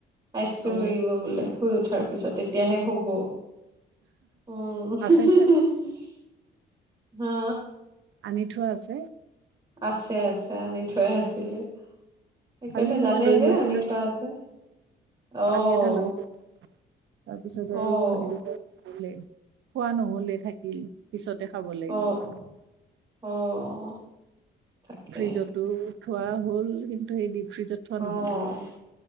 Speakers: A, on the right (about 25°); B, on the right (about 75°).
A: আইচ ক্ৰীম
B: অ
A: লাগিব বোলে। শুই উঠাৰ পিছতে। তেতিয়াহে হ'ব। অ'।
B: আছে ন
A: হা।
B: আনি থোৱা আছে?
A: আছে আছে আনি থোৱাই আছিলে। সেইকাৰণে
B: কালি
A: জানেই
B: মই লৈ
A: যে
B: গৈছিলো,
A: আনি থোৱা আছে অ',
B: কালি এটা লৈ গৈ, তাৰপিছত আৰু
A: অ'।
B: হেৰি লেই। খোৱা নহলে থাকিল। পিছত দেখাব লাগিব
A: অ',
B: আৰু।
A: অ'। তাকে।
B: ফ্ৰিজতো খোৱা হ'ল কিন্তু সেইদিন ফ্ৰিজত থোৱা
A: অ',
B: নহ'ল আৰু।